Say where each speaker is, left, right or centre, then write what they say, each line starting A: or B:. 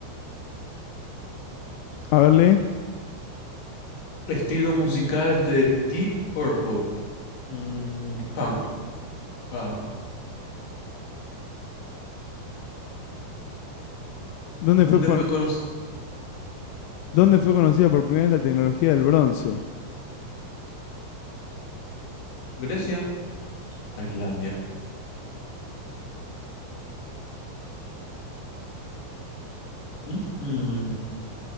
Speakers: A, on the left (about 90°); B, on the left (about 60°).
A: A verle.
B: Estilo musical de Deep Purple. Mm, punk. Ah.
A: ¿Dónde
B: ¿Dónde
A: fue, pon-
B: fue conocido?
A: ¿Dónde fue conocida por primera vez la tecnología del bronce?
B: Grecia, Tailandia. Ujú.